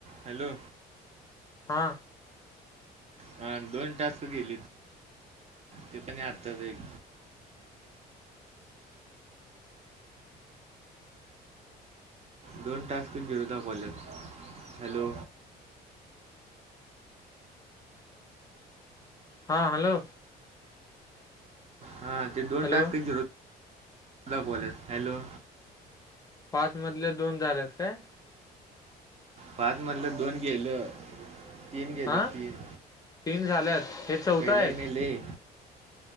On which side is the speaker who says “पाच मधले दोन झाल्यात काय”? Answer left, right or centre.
Left